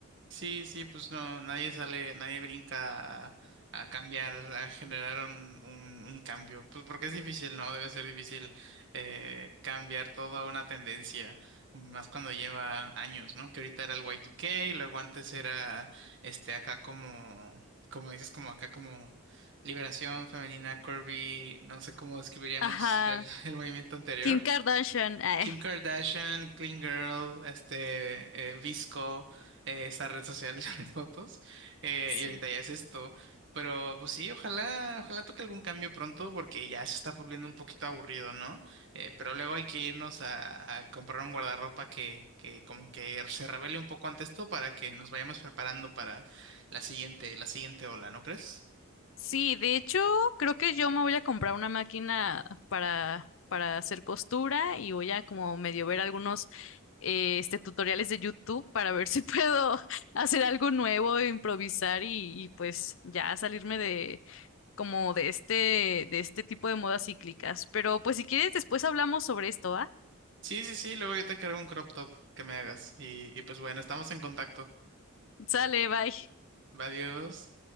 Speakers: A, on the right; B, on the left.
A: Sí, sí, pues no, nadie sale, nadie brinca a, a cambiar, a generar un, un, un cambio. Pues porque es difícil, ¿no? Debe ser difícil eh, cambiar toda una tendencia, más cuando lleva años, ¿no? Que ahorita era el Y2K, y luego antes era este acá como, como dices, como acá como Liberación Femenina, Corby, no sé cómo describiríamos
B: Ajá,
A: el, <laughs> el movimiento anterior.
B: Kim Kardashian, <laughs> ay,
A: Kim Kardashian, Clean Girl, este, eh, Visco, eh, esa red social <laughs> de fotos, eh,
B: sí.
A: y ahorita ya es esto. Pero pues sí, ojalá, ojalá toque algún cambio pronto porque ya se está volviendo un poquito aburrido, ¿no? Eh, pero luego hay que irnos a, a comprar un guardarropa que, que como que se revele un poco ante esto para que nos vayamos preparando para la siguiente, la siguiente ola, ¿no crees?
B: Sí, de hecho, creo que yo me voy a comprar una máquina para, para hacer costura y voy a como medio ver algunos eh, este, tutoriales de YouTube para ver si puedo <laughs> hacer algo nuevo, improvisar y, y pues ya salirme de como de este, de este tipo de modas cíclicas. Pero pues si quieres, después hablamos sobre esto, ¿va?
A: Sí, sí, sí, luego yo te encargo un crop top que me hagas y, y pues bueno, estamos en contacto.
B: Sale, bye.
A: Adiós.